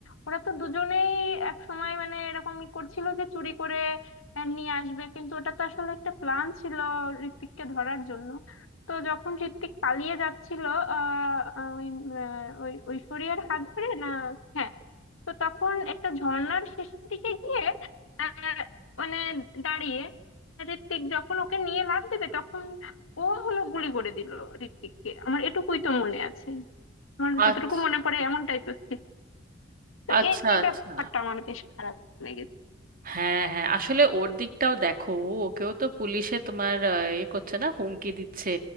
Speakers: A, on the left; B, on the right.
A: ওরা তো দুজনেই এক সময় মানে এরকম ই করছিল যে চুরি করে আহ, নিয়ে আসবে কিন্তু ওটা তো আসলে একটা প্ল্যান ছিল ঋত্বিককে ধরার জন্য তো যখন ঋত্বিক পালিয়ে যাচ্ছিল আহ আহ, ওই আহ, ওই ঐশ্বরিয়ার হাত ধরে না হ্যাঁ তো তখন একটা ঝর্ণার শেষের দিকে গিয়ে আহ, মানে দাঁড়িয়ে ঋত্বিক যখন ওকে নিয়ে লাফ দেবে তখন ও হলো গুলি করে দিল ঋত্বিককে আমার এটুকুই তো মনে আছে আমার যতটুকু
B: আচ্ছা
A: মনে পড়ে এমনটাই তো ছিল তো
B: আচ্ছা
A: এই এই
B: আচ্ছা
A: ব্যাপারটা আমার বেশ খারাপ লেগেছে
B: হ্যাঁ হ্যাঁ আসলে ওর দিকটাও দেখো ও ওকেও তো পুলিশে তোমার আহ, ইয়ে করছে না হুমকি দিচ্ছে